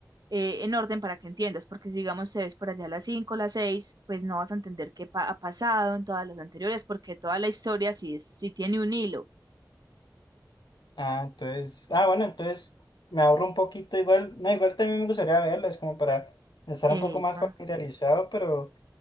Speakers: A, on the right; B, on the left.
A: eh, en orden para que entiendas, porque si digamos te ves por allá las 5 las 6 pues no vas a entender qué pa- ha pasado en todas las anteriores, porque toda la historia sí es, sí tiene un hilo.
B: Ah, entonces, ah, bueno, entonces me ahorro un poquito, igual, no, igual también me gustaría verlas, como para estar un
A: Epa,
B: poco más familiarizado, pero